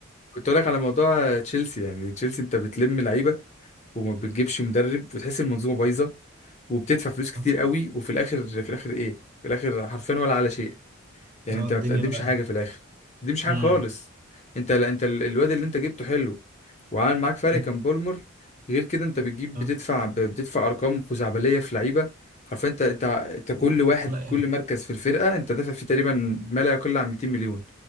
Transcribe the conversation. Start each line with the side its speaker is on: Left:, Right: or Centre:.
Left: كنت اقول لك على موضوع تشيلسي يعني تشيلسي انت بتلم لعيبه وما بتجيبش مدرب وتحس المنظومه بايظه وبتدفع فلوس كتير
Right: اه
Left: قوي وفي الاخر في الاخر ايه في الاخر حرفيا ولا على شيء يعني
Right: اه،
Left: انت
Right: الدنيا
Left: ما بتقدمش
Right: ولا أي
Left: حاجه
Right: حاجة
Left: في الاخر ما بتقدمش حاجه
Right: امم
Left: خالص انت لا انت ال- الواد اللي انت جبته حلو وعامل معاك فرق
Right: أمم.
Left: كان بولمر غير كده انت بتجيب
Right: اه
Left: بتدفع ب- بتدفع ارقام خزعبليه في لعيبه حرفيا انت انت انت كل واحد
Right: ولا اي
Left: كل
Right: حاجة
Left: مركز في الفرقه انت دافع فيه تقريبا ما لا يقل عن 200 مليون